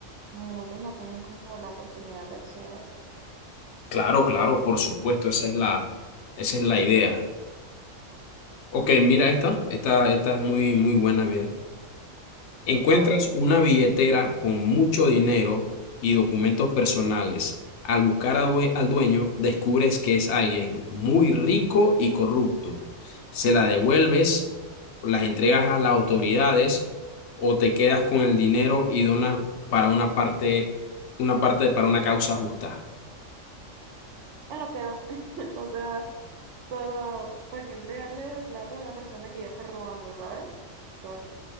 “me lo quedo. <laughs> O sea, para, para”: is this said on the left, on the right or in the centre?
Right